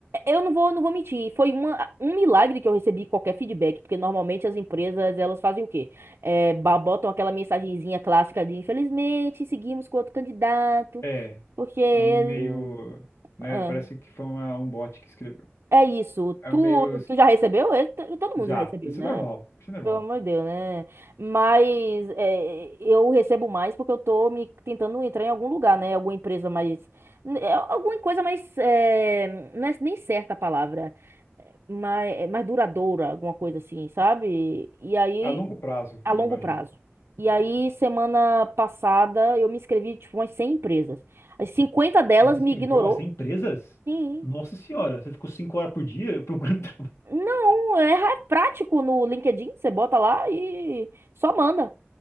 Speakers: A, on the right; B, on the left.
A: eu não vou, não vou mentir. Foi uma, um milagre que eu recebi qualquer feedback, porque normalmente as empresas elas fazem o quê? É, ba- botam aquela mensagenzinha clássica de infelizmente seguimos com outro candidato,
B: É,
A: porque ele.
B: é um e-mail, né?
A: É,
B: Parece que foi uma- um bot que escreveu.
A: é isso.
B: É
A: Tu,
B: um e-mail
A: tu já recebeu? É, to- Todo
B: já.
A: mundo já recebeu,
B: Isso
A: né?
B: é normal. Isso é normal.
A: Pelo amor de Deus, né? Mas é, eu recebo mais porque eu tô me tentando entrar em algum lugar, né? Alguma empresa mais. n- é, Alguma coisa mais. é, não é nem certa a palavra, mas mais duradoura, alguma coisa assim, sabe? E aí,
B: A longo prazo,
A: a
B: não
A: longo
B: imagino.
A: prazo. E aí, semana passada, eu me inscrevi, tipo, umas 100 empresas. As 50 delas
B: Você se inscreveu
A: me ignorou.
B: a 100 empresas?
A: Sim.
B: Nossa senhora, você ficou 5 horas por dia <laughs> procurando trabalho.
A: Não, é, é prático no LinkedIn, você bota lá e só manda.